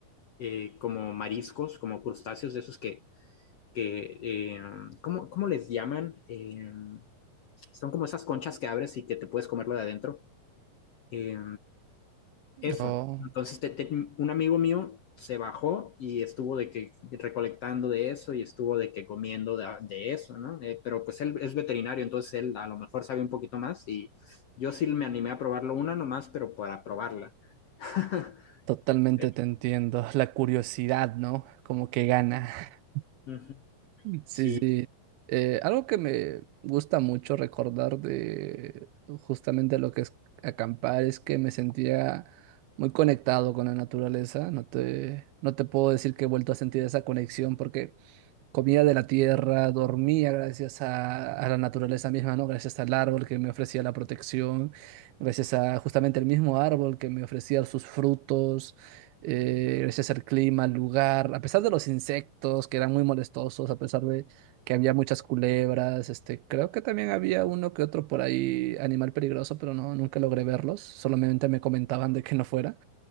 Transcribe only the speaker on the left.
eh, como mariscos, como crustáceos de esos que, que eh, ¿cómo, cómo les llaman? Eh, son como esas conchas que abres y que te puedes comerlo de adentro. Eh, eso.
Entonces, te- te- un amigo mío se bajó y estuvo de que recolectando de eso y estuvo de que comiendo de, de eso, ¿no? Eh, pero pues él es veterinario, entonces él a lo mejor sabe un poquito más y yo sí me animé a probarlo una nomás, pero para probarla. <laughs>
Pero,
ujú,
sí.